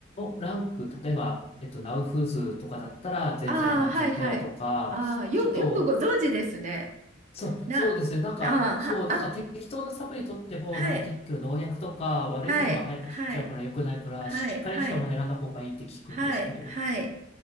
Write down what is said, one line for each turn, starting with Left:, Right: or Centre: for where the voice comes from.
Left: ランク、例えば、えっと、ナウフーズとかだったら全然安全だよとか、
Right: あ、はい、はい。あ、よ、
Left: ちょっと、
Right: よくご存知ですね。
Left: そう、
Right: な、
Left: そうですね。なんか、
Right: あ、
Left: そう、
Right: は、あ、
Left: なんか適当なサプリ取っても、
Right: はい、
Left: なんか結局農薬とか悪いものが入ってきちゃうから良くないから、
Right: はい、はい、はい、
Left: しっかりしたもの選んだ方がいいって聞くんですけど。
Right: はい。はい、はい。